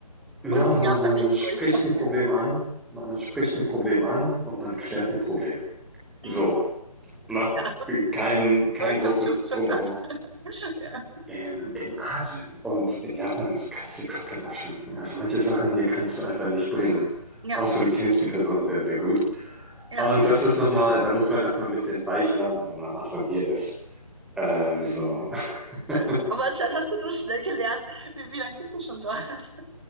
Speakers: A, on the right (about 50°); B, in the centre.
A: Und
B: na,
A: in
B: man,
A: Japan
B: man
A: nicht
B: spricht
A: so. Ich, <laughs>
B: ein Problem an, man, man spricht ein Problem an und man klärt ein Problem.
A: Mhm.
B: So, na,
A: ja,
B: kein, kein
A: welcome
B: großes
A: to Japan.
B: Drumherum.
A: <laughs> Ja,
B: In, in Asien und in Japan kannst du dir komplett abschminken. Also manche Sachen hier kannst du einfach nicht bringen.
A: ja,
B: Außer du kennst die Person sehr, sehr gut.
A: ja.
B: Und das ist nochmal, da muss man erstmal ein bisschen weich landen, wenn man am Anfang hier ist. Äh, so. <laughs>
A: ja. Aber anscheinend hast du das schnell gelernt. Wie, wie lange bist du schon dort?